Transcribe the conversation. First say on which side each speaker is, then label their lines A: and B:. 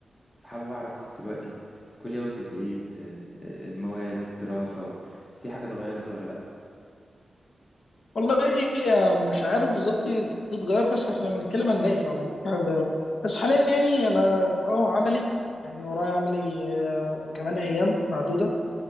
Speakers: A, on the left (about 25°); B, on the left (about 80°).
A: فحابب اعرف دلوقتي الكلية وصلت لايه ال- المواد الدراسة في حاجة اتغيرت ولا لا
B: والله آه، مش عارف بالظبط تتغير بس احنا لما نتكلم هنلاقي لو في حاجه اتغيرت بس حاليا يعني انا اه عملي يعني ورايا عملي آه، كمان ايام معدوده